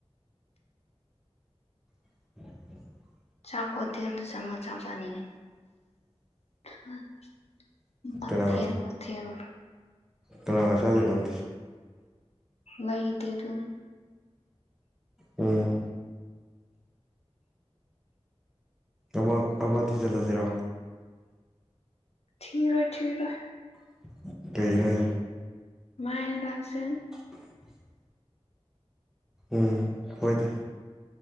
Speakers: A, in the centre; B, on the left (about 75°).
A: <unintelligible>
B: ꯆꯥꯛ ꯍꯣꯇꯦꯜꯗ ꯆꯪꯉ ꯆꯥꯛ ꯆꯥꯅꯤꯡꯉꯤ <unintelligible> ꯃꯊꯦꯜ
A: ꯀꯅꯥ
B: ꯃꯊꯦꯜ
A: ꯀꯅꯥꯒ ꯆꯥꯗꯣꯏ ꯅꯪꯗꯤ
B: ꯂꯩꯇꯦ ꯗꯨꯝ
A: ꯎꯝ ꯑꯃ ꯑꯃ ꯊꯤꯖꯜꯂꯖꯤꯔꯣ
B: ꯊꯤꯔꯣꯏ ꯊꯤꯔꯣꯏ
A: <unintelligible> ꯀꯩꯒꯤꯅꯣ ꯍꯥꯏ
B: ꯃꯥꯏꯅ ꯂꯥꯛꯆꯅꯤ
A: <unintelligible> ꯎꯝ ꯍꯣꯏꯗ